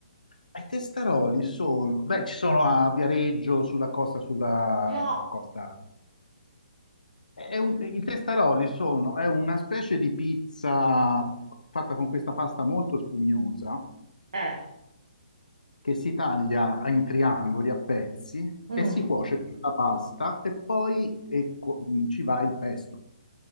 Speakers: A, on the left; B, on the right.
A: E I testaroli sono, beh, ci sono a Viareggio, sulla costa, sulla,
B: No,
A: sulla costa. È un- i testaroli sono, è una specie di pizza fatta con questa pasta molto spugnosa
B: eh,
A: che si taglia in triangoli a pezzi
B: mm,
A: e si cuoce come la pasta e poi eh, co- mh, ci va il pesto,